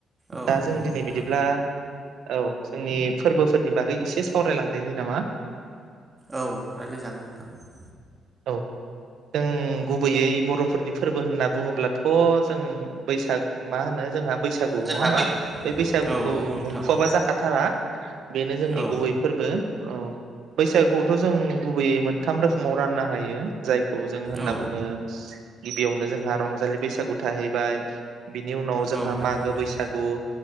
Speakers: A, on the right; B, on the right.
A: औ
B: दा जों
A: नंगौ
B: दिनै
A: नोंथां
B: बिदिब्ला औ जोंनि फोरबोफोरनि बागै इसे सावरायलांदोनि नामा।
A: औ राय्लाय जागोन नोंथां।
B: औ जों गुबैयै बर'फोरनि फोरबो होनना बुङोब्ला थ जों बैसाग मा होनो जोंहा बैसागु
A: जोंहा
B: नङा होमबा
A: बै
B: बै बैसागुखौ
A: औ नंगौ नोंथां
B: मुंखवाबा जाखाथारा। बेनो जोंनि
A: औ
B: गुबै फोरबो। औ बैसागुखौथ जों गुबैयै मोनथाम रोखोमाव रानना हायो। जायखौ जों होनना
A: औ
B: बुङो गिबियावनो जोंहा रंजालि बैसागु थाहैबाय। बिनि उनाव जोंहा
A: औ नंगौ
B: मागो
A: नोंथां
B: बैसागु